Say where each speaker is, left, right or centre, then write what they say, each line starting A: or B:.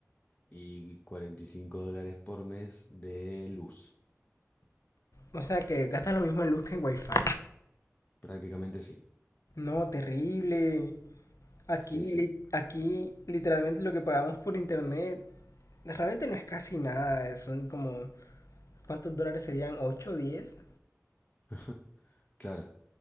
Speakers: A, on the left; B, on the left.
A: Y 45 dólares por mes de luz.
B: O sea que gasta lo mismo en luz que en wifi.
A: Prácticamente sí.
B: No, terrible. Aquí,
A: Sí, sí.
B: li- aquí literalmente lo que pagamos por internet realmente no es casi nada. Son como, ¿cuántos dólares serían? Ocho, o 10?
A: <laughs> Claro.